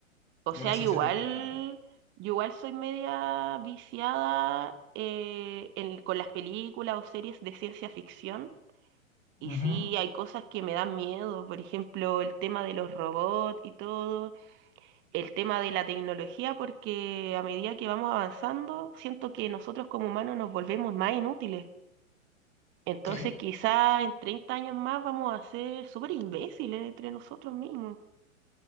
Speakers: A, on the right (about 30°); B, on the left (about 15°).
A: O
B: Yo
A: sea,
B: nací
A: yo
B: hace
A: igual,
B: 30 años atrás.
A: yo igual soy media viciada eh, en- con las películas o series de ciencia ficción. Y
B: Ujú,
A: sí, hay cosas que me dan miedo, por ejemplo, el tema de los robots y todo. el tema de la tecnología porque a medida que vamos avanzando, siento que nosotros como humanos nos volvemos más inútiles. Entonces
B: Sí.
A: quizá en 30 años más vamos a ser súper imbéciles entre nosotros mismos.